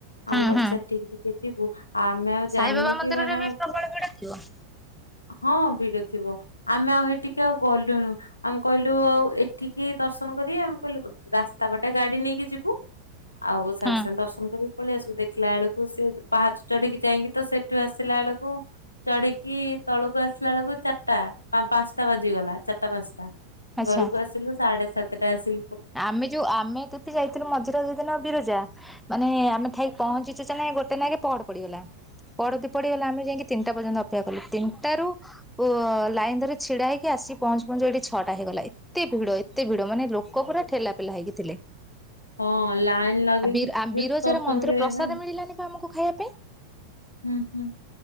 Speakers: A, on the left (about 85°); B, in the centre.
A: ଆମ
B: ହୁଁ
A: କହିଲୁ
B: ହୁଁ
A: ସେଠିକି ଟିକେ ଯିବୁ। ଆମେ ଆଉ ଜାଣିନୁ
B: ସାଇବାବା
A: କି
B: ମନ୍ଦିରରେ
A: ମାନେ
B: ବି ପ୍ରବଳ ଭିଡ ଥିବ?
A: ହଁ ଭିଡ ଥିବ ଆମେ ଆଉ ହେଠିକି ଆଉ ଗଲୁନୁ। ଆମେ କହିଲୁ ଆଉ ଏଠିକି ଦର୍ଶନ କରି ଆମେ କହିଲୁ ରାସ୍ତା ବାଟେ ଗାଡି ନେଇକି ଯିବୁ ଆଉ ସାଙ୍ଗେ
B: ହୁଁ
A: ସାଙ୍ଗେ ଦର୍ଶନ କରିବି। ପଳେଇ ଆସିବୁ। ଦେଖିଲା ବେଳକୁ ସେ ପାହାଚ ଚଢିକି ଯାଇକି ତ ସେଠୁ ଆସିଲା ବେଳକୁ ଚଢିକି ତଳକୁ ଆସିଲା ବେଳକୁ ଚାରଟା ପାଞ୍ଚଟା ବାଜିଗଲା ଚାରଟା ପାଞ୍ଚଟା।
B: ଆଚ୍ଛା।
A: ଘରକୁ ଆସିଲୁ ସାଢେ ସାତଟା ଆସି
B: ଆମେ ଯୋଉ ଆମେ ଏତେତି ଯାଇଥିଲୁ ମଝିରେ ଦି ଦିନ ବିର ଯା ମାନେ ଆମେ ଥାଇ ପହଞ୍ଚିଛୁ <unintelligible> ନାଇ ଗୋଟେ ନାଇକି ପହଡ ପଡ଼ିଗଲା। ପଡତି ପିଡ଼ିଗଲା ଆମେ ଯାଇକି ତିନଟା ପଯ୍ୟନ୍ତ ଅ ସେୟା କହିଲି ତିନଟାରୁ ଉଁ ଅଁ ଲାଇନ ଧରି ଛିଡା ହେଇକି ଆସି ପହଞ୍ଚୁ ପହଞ୍ଚୁ ଏଇଠି ଛଅଟା ହେଇଗଲା। ଏତେ ଭିଡ ଏତେ ଭିଡ ମାନେ ଲୋ କରା ପରା ଠେଲା ପେଲା ହେଇକି ଥିଲେ।
A: ହଁ ଲାଇନ ଲଗେଇକି
B: ବି-ବିରଜାର
A: ଦର୍ଶନ
B: ମନ୍ଦିର
A: କରିବା
B: ପ୍ରସାଦ
A: ପାଇଁ
B: ମିଳିଲାନି ବା ଆମକୁ ଖାଇବା ପାଇଁ।
A: ହୁଁ ହୁଁ